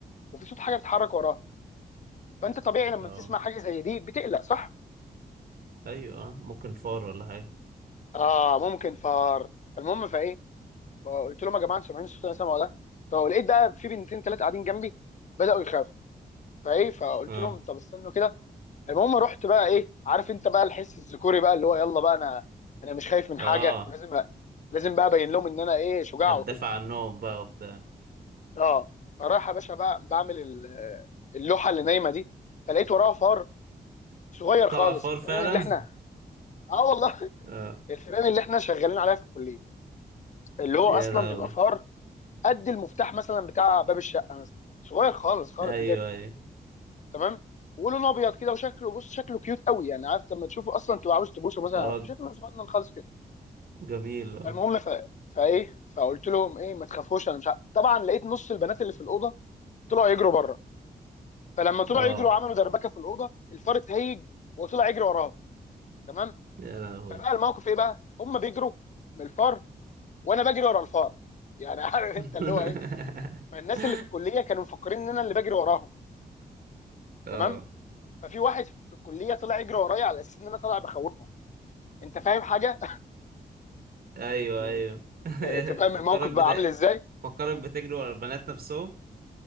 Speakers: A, on the left; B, on the right.
A: وفي صوت حاجه بتتحرك وراها فانت طبيعي لما
B: اه
A: بتسمع حاجه زي دي بتقلق صح
B: ايوه آه. ممكن فار ولا حاجة
A: اه ممكن فار المهم فايه فقلت لهم يا جماعه انتوا سامعين الصوت اللي انا سامعه ده فلقيت بقى في بنتين ثلاثه قاعدين جنبي بداوا يخافوا فايه فقلت
B: اه
A: لهم طب استنوا كده المهم رحت بقى ايه عارف انت بقى الحس الذكوري بقى اللي هو يلا بقى انا انا مش خايف من
B: اه
A: حاجه ولازم بقى لازم بقى ابين لهم ان انا ايه شجاع
B: هتدافع
A: وكده
B: عنهم بقى وبتاع
A: اه فراح يا باشا بقى بعمل ال- اللوحه اللي نايمه دي فلقيت وراها فار صغير
B: طلع
A: خالص
B: فار
A: الفيران
B: فعلا
A: اللي احنا اه والله
B: <laughs> اه
A: <laughs> الفيران اللي احنا شغالين عليها في الكليه اللي
B: يا
A: هو اصلا
B: لهوي
A: بيبقى فار قد المفتاح مثلا بتاع باب الشقه مثلا صغير خالص خالص
B: ايوه
A: بجد
B: ايوه
A: تمام ولونه ابيض كده وشكله بص شكله كيوت قوي يعني عارف لما تشوفه اصلا تبقى عاوز تبوسه مثلا
B: اه
A: شكله صغنن خالص كده
B: جميل اه
A: المهم ف... فايه فقلت لهم ايه ما تخافوش انا مش عارف. طبعا لقيت نص البنات اللي في الاوضه طلعوا يجروا بره فلما طلعوا
B: اه
A: يجروا عملوا دربكه في الاوضه الفار اتهيج وطلع يجري وراهم تمام
B: يا لهوي
A: فبقى الموقف ايه بقى هم بيجروا من الفار وانا بجري ورا الفار يعني <laughs> عارف
B: <laughs>
A: انت اللي هو ايه فالناس اللي في الكليه كانوا مفكرين ان انا اللي بجري وراهم
B: اه
A: تمام ففي واحد في الكليه طلع يجري ورايا على اساس ان انا طالع بخوفهم انت فاهم حاجه
B: ايوه
A: <laughs> يعني
B: ايوه <laughs>
A: انت انت فاهم
B: فكرك
A: الموقف بقى
B: بت...
A: عامل ازاي
B: فكرك بتجري ورا البنات نفسهم